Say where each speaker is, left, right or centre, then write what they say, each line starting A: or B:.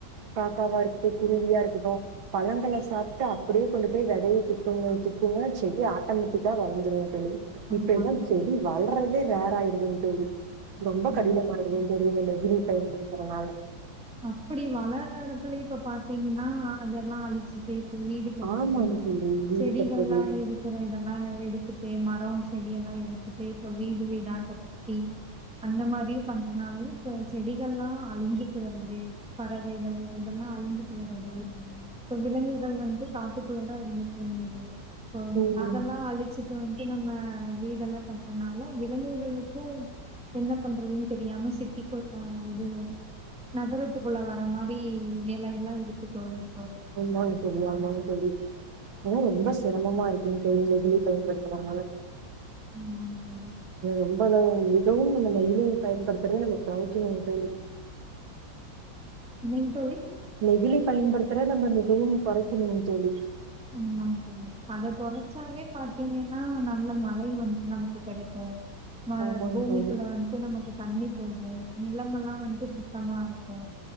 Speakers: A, on the right; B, in the centre.
A: காக்காவார்க்கு ட்டு குருவியா இருக்கட்டு பழங்கள சாப்டு அப்புடியே கொண்டு போய் வெத வெதைய துப்புங்க துப்புங்க செடி ஆட்டமேட்டிக்கா வளந்துருங் தோழி
B: ஆமாங்க
A: இப்ப எல்லாம்
B: தோழி.
A: செடி வளறதே ரேராயிடுதுங் தோழி ரொம்ப கடினமானது
B: ஆமாங்க தோழி.
A: நெகிழி இந்த நெகிழி பயன்படுத்துறனால
B: அப்புடி வளற எடலத்துலயே இப்ப பாத்தீங்கன்னா அதெல்லா அழிச்சு பேத் வீடு கொட்டுறது
A: ஆமாங்க தோழி வீடு
B: செடிகள்
A: கட்டுறது
B: எல்லா இருக்குற இதெல்லா எடுத்துட்டு ம லாம் செடி எல்லா எடுத்துட்டு இப்ப வீடு வீடா கப் டி அந்த மாரி பண்றதுனாலயே இப்ப செடிகள் எல்லா அழுஞ்சு வருது பறவைைகள் இதெல்லா அழுஞ்சிட்டு வருது இப்ப விலங்குகள் வந்து காட்டுக்குள்ளதா இருந்துட்டு வந்தது இப்போம்
A: ம்
B: அதல்லா அழுச்சுட் ட்டு வந்து நம்ம வீடெல்லா கட்டுறதுனால விலங்குகளுக்கு என்ன பண்றதுன் தெரியாம சிட்டிக்குள் ஆ இதுங்க நகரதுக்குள்ள வர மாரி நிலை எல்லா இருக்கு தோழி இப்போ
A: ஆமாங் தோழி ஆமாங் தோழி <unintelligible> ரொம்ப சிரமமா இருக்குங் தோழி நெகிழி பயன்படுத் படுத்துறனால
B: ஆமாங்க தோழி
A: ரொம்ப மிகவு நம்ம நெகிழி பயன்படுத்தறது நமக்கு சொல்லுங்க தோழி
B: நீங்க தோழி
A: நெகிழி பயன்படுத்துற நம்ம மிகவும் குறைக்கணுங்க தோழி.
B: ஆமாங்க தோழி அத கொறச்சாவே பாத்தீங்கன்னா நல்ல மழை நமக்கு கெடைக்கு மழ
A: ஆமாங்க
B: பூமிக்குள்ள
A: தோழி,
B: வந்துட்டு நமக்கு தண்ணி போகுங்கோ நிலம் எல்லா வந்து சுத்தமா இருக்கு